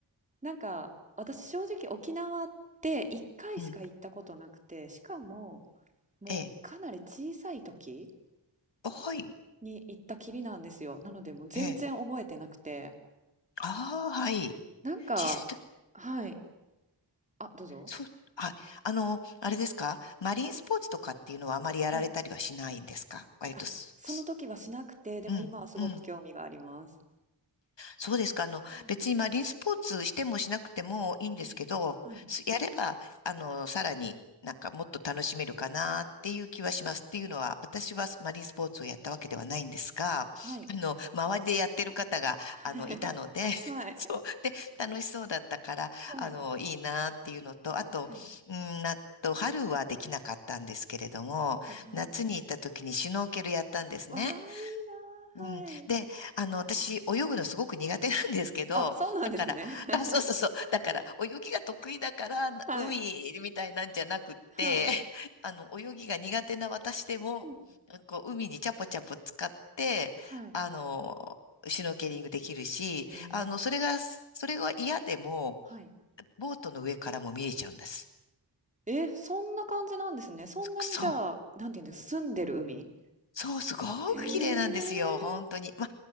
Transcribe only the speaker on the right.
なんか、私正直沖縄って1回しか行ったことなくて、
しかももうかなり小さい時
に行ったきりなんですよ。なのでもう全然覚えてなくて。
なんか、
はい。あ、どうぞ。
はい。あ、その時はしなくて、
でも今はすごく興味があります。
うん、
はい。はい。
はい。
<laughs>
はい。
はい。
はい。
はい。はい。
わあ、いいなあ、
はい。
あ、そうなんですね。
<laughs>
はい。
はい。
うん。
はい。
へえ。
はい。
え、そんな感じなんですね。そんなにじゃあ、
なんて言うんですか、澄んでる海？
ええ。